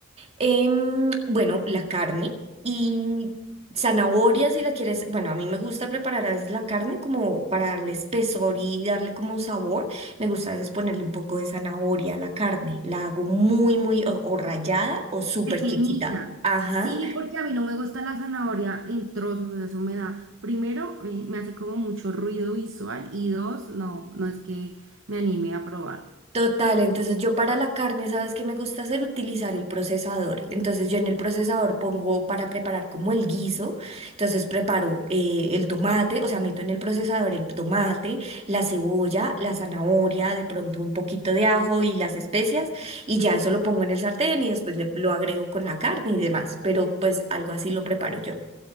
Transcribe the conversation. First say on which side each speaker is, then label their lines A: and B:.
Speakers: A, on the right; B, on the right.
A: Em, bueno, la carne y zanahoria si la quieres. Bueno, a mí me gusta preparar a veces la carne como para darle espesor y darle como sabor. Me gusta a veces ponerle un poco de zanahoria a la carne. La hago muy, muy o, o rallada o súper
B: Pequeñita.
A: chiquita. Ajá.
B: Sí, porque a mí no me gusta la zanahoria en trozos, eso me da, primero, eh, me hace como mucho ruido visual y dos, no, no es que me anime a probar.
A: Total, entonces yo para la carne, ¿sabes qué me gusta hacer? Utilizar el procesador. Entonces yo en el procesador pongo para preparar como el guiso. Entonces preparo eh, el tomate, o sea, meto en el procesador el tomate, la cebolla, la zanahoria, de pronto un poquito de ajo y las especias. Y ya eso lo pongo en el sartén y después le- lo agrego con la carne y demás. Pero pues algo así lo preparo yo.